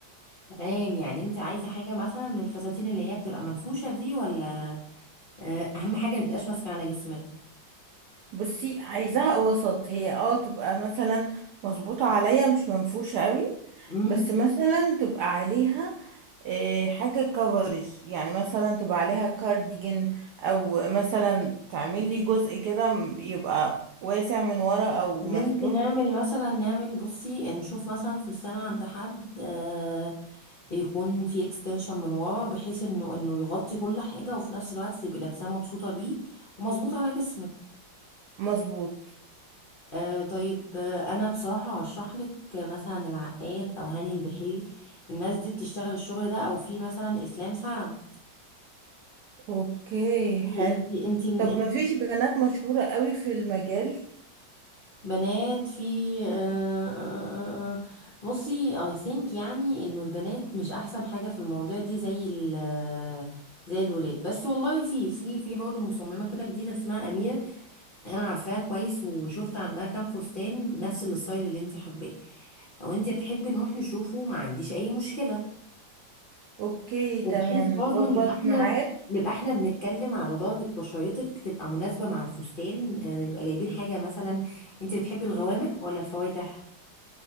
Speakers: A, on the left (about 75°); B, on the right (about 75°).
A: تمام يعني انت عايزة حاجة مثلا من الفساتين اللي هي بتبقى منفوشة دي ولا آه، اهم حاجة ما تبقاش ماسكة على جسمك
B: بصي عايزاها وسط هي اه تبقى مثلا مظبوطة عليا مش منفوشة قوي
A: امم
B: بس مثلا تبقى عليها آه، حاجة كفرج يعني مثلا تبقى عليها كارديجن او مثلا تعمل لي جزء كده م- يبقى واسع من ورا او
A: بنتي
B: مفتوح
A: نعمل مثلا نعمل بصي نشوف مثلا فستان عند حد آه يكون في اكستنشن من ورا بحيث انه انه يغطي كل حاجة وفي نفس الوقت تبقي لابساه مبسوطة بيه ومظبوط على جسمك
B: مظبوط
A: آه طيب آه، انا بصراحه هشرح لك مثلا العقاد او هاني البحيري الناس دي بتشتغل الشغل ده او في مثلا اسلام سعد
B: اوكي حلو
A: انتي انتي انتي من
B: طب
A: انتي
B: مفيش بنات مشهورة قوي في المجال
A: بنات في آه آه آه آه. بصي I think يعني انه البنات مش احسن حاجه في المواضيع دي زي ال آه، زي الولاد بس والله في في في برضه مصممه كده جديده اسمها اميره انا عارفاها كويس وشفت عندها كام فستان نفس الستايل اللي انت حباه لو انت تحبي نروح نشوفه ما عنديش اي مشكلة
B: اوكي
A: وبحيث
B: تمام
A: برضه
B: نظبط
A: نبقى احنا
B: ميعاد
A: نبقى احنا بنتكلم على درجة بشرتك تبقى مناسبة مع الفستان آه، نبقى جايبين حاجة مثلا انت بتحبي الغوامق ولا الفواتح